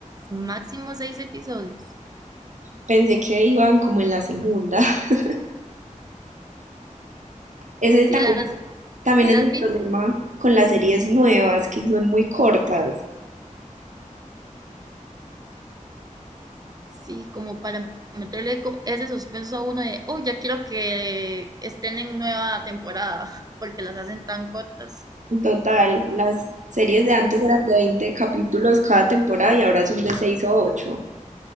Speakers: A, on the right; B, on the right.
A: máximo seis episodios.
B: pensé que iban como en la segunda. <laughs> Ese
A: Si
B: también,
A: las,
B: también
A: si
B: es
A: las
B: el
A: has visto,
B: problema con las series nuevas, que son muy cortas.
A: sí, como para meterle co- ese suspenso a uno de, oh, ya quiero que estén en nueva temporada, <laughs> porque las hacen tan cortas
B: Total, las series de antes eran de 20 capítulos cada temporada y ahora son de 6 o 8.